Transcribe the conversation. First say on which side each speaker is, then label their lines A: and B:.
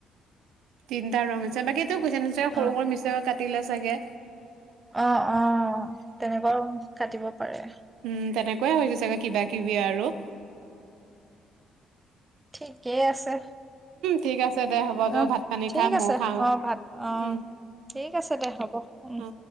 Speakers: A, on the right; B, on the right.
A: তিনিটা ৰং আছে বাকী। টো কোৱেচন আনচৰ সৰু
B: অ
A: সৰু মিছটেকত কাটি, তিল চাগে,
B: অ অ তেনেকুৱাও কাটিব পাৰে,
A: উম তেনেকুৱে হৈ হৈছে চাগে কিবা কিবি, আৰু-
B: ঠিকেই আছে।
A: ঠিক আছে। দে হ'ব তই
B: অঁ
A: ভাত পানী
B: ঠিক
A: খা ময়ো
B: আছে
A: খাওঁ
B: অ ভাত অ
A: উম
B: ঠিক আছে দে হ'ব উম,
A: অ